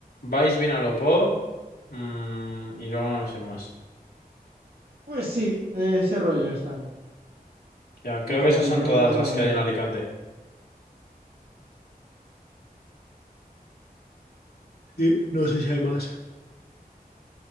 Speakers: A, on the left; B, on the right.
A: Baix Vinalopó, mm, y luego no me sé más.
B: Pues sí, de ese rollo están.
A: Ya,
B: En
A: creo
B: como
A: que esas
B: que
A: son
B: yo
A: todas
B: cuadro
A: las que
B: en...
A: hay en Alicante. Sí, no sé si hay más.